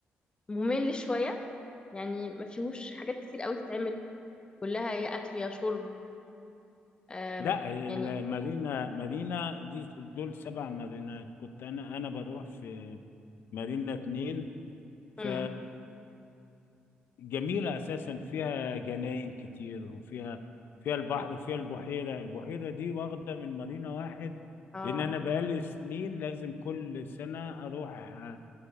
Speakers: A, on the left (about 25°); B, on the left (about 70°).
A: ممل شويه يعني ما فيهوش حاجات كتير قوي تتعمل كلها يا اكل يا شرب آم،
B: لا المارينا
A: يعني
B: مارينا دي دول سبع مارينات كنت انا انا بروح في مارينا اتنين ف
A: امم
B: جميلة أساسا فيها جناين كتير وفيها فيها البحر وفيها البحيرة البحيرة دي واخدة من مارينا واحد
A: اه
B: لأن أنا بقالي سنين لازم كل سنة أروح آه،